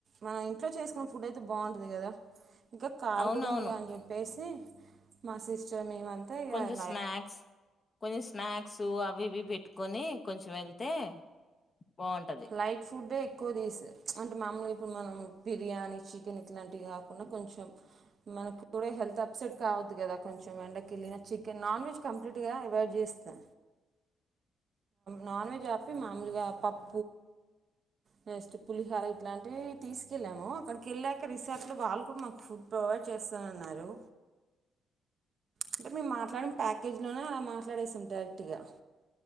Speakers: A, on the right; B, on the left.
A: మనం ఇంట్లో చేసుకున్న ఫుడ్ అయితే బాగుంటుంది కదా ఇంకా కార్
B: అవునవును
A: కూడా ఉంది అని చెప్పేసి మా సిస్టర్ మేమ అంతా అయ్యారు
B: కొంచెం స్నాక్స్ కొన్ని స్నాక్స్ అవి ఇవి పెట్టుకొని కొంచెం వెళ్తే బాగుంటది
A: లైట్ ఫుడ్డే ఎక్కువ తీ అంటే మామూలుగా ఇప్పుడు మనం బిర్యానీ చికెన్ ఇట్లాంటివి కాకుండా కొంచెం మనకు కూడా హెల్త్ అప్సెట్ కావద్దు కదా కొంచెం ఎండకి వెళ్ళ చికెన్ నాన్ వెజ్ కంప్లీట్ గా అవడ్ చే వస్తా
B: అ
A: నాన్ వెెజ్ ఆపి మామూలుగా పాప్
B: అ
A: జస్ట్ పులిహర ఇట్లాంటివి తీసుకెళ్ళాము అక్కడికి వెళ్ళాక రిసార్ట్ లో వాళ్ళు కూడా మాకు ఫుడ్ ఫోన్ చేస్తానన్నారు
B: అ
A: అంటే మేము మాట్లాడిన ప్యాకేజీలోనే అలా మాట్లాడేసాము డైరెక్ట్ గా